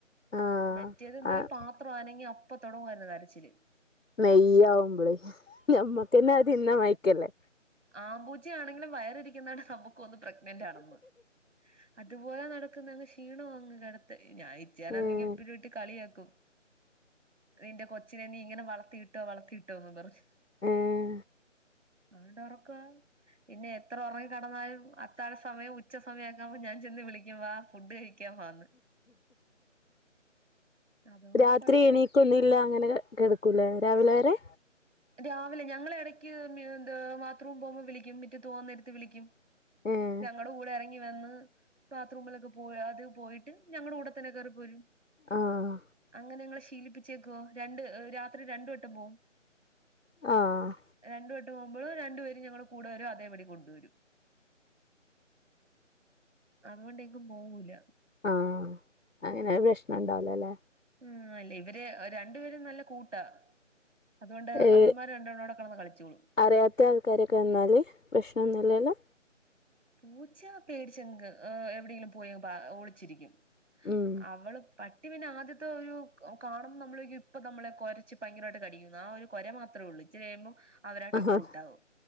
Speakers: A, on the left (about 70°); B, on the right (about 70°).
A: ആഹ്
B: മറ്റേത് എന്തേലും
A: ആഹ്
B: പാത്രം അനങ്ങിയാ അപ്പൊ തൊടങ്ങുവമായിരുന്നു കരച്ചില്
A: നെയ്യാവുമ്പളേ നമ്മക്കന്നെ അത് തിന്നാ മയക്കല്ലേ
B: ആമ്പൂച്ചേ ആണെങ്കിലും വയറി ഇരിക്കുന്നത് നമുക്ക് തോന്നും പ്രെഗ്നന്റ് ആണെന്ന് അതുപോലെ നടക്കുന്ന ക്ഷീണ വങ്ങ് കിടത്ത് ഞാൻ ഇച്ചേനാണെങ്കി
A: ഏഹ്
B: എപ്പഴും ഇട്ട് കളിയാക്കും നിന്റെ കൊച്ചിനെ നീ ഇങ്ങനെ വള വളത്തിയിട്ടോ വളർത്തിയിട്ടോന്ന് പറഞ്ഞ്
A: ഏഹ്
B: അണ്ട് ഉറക്കാ പിന്നെ എത്ര ഉറങ്ങി കിടന്നാലും അത്താഴ സമയം ഉച്ച സമയം ആവുമ്പോ ഞാൻ ചെന്ന് വിളിക്കുംവാ ഫുഡ് കഴിക്കാൻ വാ ന്ന് അതുകൊണ്ട്
A: രാത്രി
B: കൊഴപ്പല്ല
A: എണീക്കൊന്നില്ല അങ്ങനെ കെടക്കൂല്ലേ രാവിലെ വരെ
B: രാവിലെ ഞങ്ങള് എടയ്ക്ക് എഹ് ബാത്റൂം പോകുമ്പോ വിളിക്ക്യും മിറ്റതോവന്നേരത്ത് വിളിക്കും
A: ഏഹ്
B: ഞങ്ങടെകൂടെ എറങ്ങി ങ്ങിവന്ന് ബാത്റൂമിലൊക്കെ പോയ് അത് പോയിട്ട് ഞങ്ങടെ കൂടെത്തന്നെ കയറി പോരും
A: ആഹ്
B: അങ്ങനെ ഞങ്ങള് ശീലിപ്പിച്ചേക്കുവ രണ്ട് രാത്രി രണ്ടുവട്ടം പോവും
A: ആഹ്
B: രണ്ടു വട്ടം പോകുമ്പോൾ രണ്ടുപേരുംഞങ്ങള് കൂടെ വരും അതേപടി കൊണ്ട് വരും അതുകൊണ്ടെങ്കും പോവൂല
A: ആഹ് അങ്ങനെ വ് പ്രശ്നണ്ടാവൂലല്ലെ
B: ഉം ഇല്ല ഇവര് രണ്ടുപേരും നല്ല കൂട്ടാ അതുകൊണ്ട്
A: ഏഹ്
B: അവള്മാര് രണ്ടണോട കെടന്ന് കളിച്ചോളും
A: അറിയാത്ത ആൾക്കാരൊക്കെ വന്നാല് പ്രശ്നൊന്നുല്ലല്ലോ
B: പൂച്ച പേടിച്ചെങ്ക് എവിടെയെങ്കിലും പോയ ഓളിച്ചിരിക്കും
A: ഉം
B: അവള് പട്ടി പിന്നെ ആദ്യത്തെ ഒരു കാണ്പം നമ്മളിപ്പ നമ്മളെ കൊരച്ച് ഭയങ്കരമായിട്ട് കടിക്കുന്നു ആഹ് ഒരു കൊരമാത്രേള്ളൂ ഇച്ചിരി കഴിമ്പോ അവരായിട്ടങ്ങൂട്ടാവും
A: ആഹാ